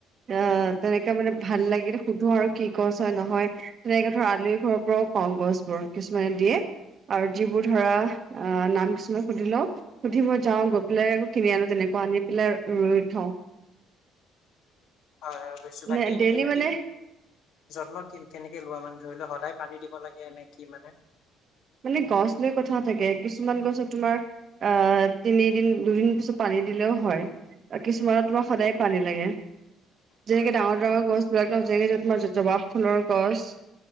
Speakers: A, on the right; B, on the left.
A: আ,
B: হয়
A: তেনেকে মানে ভাল লাগিল সুধো আৰু কি গছ হয় নহয়, তেনেকে ধৰ আলহী ঘৰৰ পৰাও পাওঁ গছ। <unintelligible> কিছুমানে দিয়ে আৰু যিবোৰ
B: হয়। হয়
A: ধৰা আ, নাম কিছুমানে সুধি লওঁক সুধিব যাওঁ গৈ পেলাই আকৌ কিনি আনো তেনেকুৱা, আনি পেলাই ৰুই থওঁ।
B: হয় হয় বুজিছোঁ,
A: মানে
B: বাকী এনেই
A: ডেইলি
B: তুমি
A: মানে
B: কি যত্ন কি-কেনেকে লোৱা মানে ধৰি লোৱা সদায় পানী দিব লাগে নে কি মানে?
A: মানে গছ লৈ কথা থাকে, কিছুমান গছত তোমাৰ আ, তিনিদিন দুদিন পিছত পানী দিলেও হয়। কিছুমানত তোমাক সদায় পানী লাগে। যেনেকে
B: হয়
A: ডাঙৰ
B: হয়
A: ডাঙৰ গছবিলাক ন' <unintelligible> তোমাৰ জবাব ফুলৰ গছ।